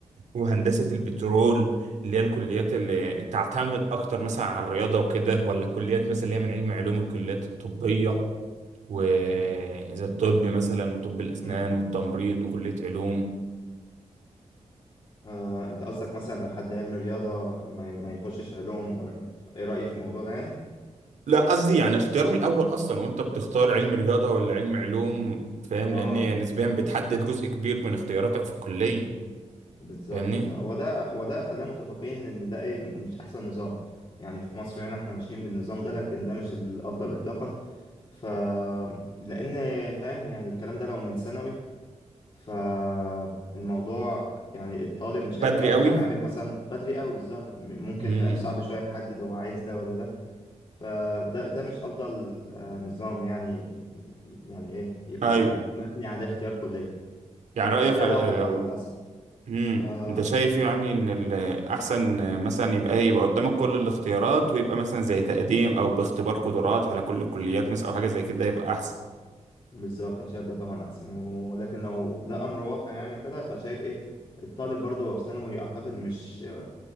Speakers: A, on the right; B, on the left.
A: وهندسة البترول اللي هي الكليات اللي تعتمد اكتر مثلا على الرياضة وكده ولا الكليات مثلا اللي هي من علم علوم الكليات الطبية وزي الطب مثلا وطب الأسنان
B: م-
A: والتمريض
B: م.
A: وكلية علوم
B: آه أنت قصدك مثلا لو حد علم رياضة ما ما يخشش علوم ولا إيه رأيي في الموضوع ده يعني؟
A: لا قصدي يعني اختيار من الاول اصلا وانت بتختار علم رياضه ولا علم علوم فاهم
B: آه
A: لان نسبيا بتحدد جزء كبير من اختياراتك في الكليه
B: بالظبط
A: فاهمني
B: بالظبط هو ده وده خلينا متفقين ان ده ايه مش احسن نظام يعني في مصر هنا احنا ماشيين بالنظام ده لكن ده مش الافضل اطلاقا ف لان فاهم يعني الكلام ده لو من ثانوي فالموضوع يعني الطالب مش
A: بدري
B: هيبقى
A: قوي
B: عارف مثلا بدري قوي بالظبط ممكن
A: امم
B: فاهم صعب شويه يحدد هو عايز ده ولا ده فده ده مش افضل آه، نظام يعني يعني ايه يبقى
A: ايوه
B: مبني على اختيار كليه
A: يعني
B: بس
A: رايك
B: ده
A: آه،
B: واقع
A: لو
B: بقى للاسف
A: امم
B: آه،
A: انت شايف يعني ان الاحسن مثلا يبقى ايه يبقى قدامك كل الاختيارات ويبقى مثلا زي تقديم او باختبار قدرات على كل الكليات مثلا او حاجه زي كده يبقى احسن
B: بالظبط انا شايف ده طبعا احسن ولكن لو ده امر واقع يعني وكده فشايف ايه الطالب برضه هو في ثانوي اعتقد مش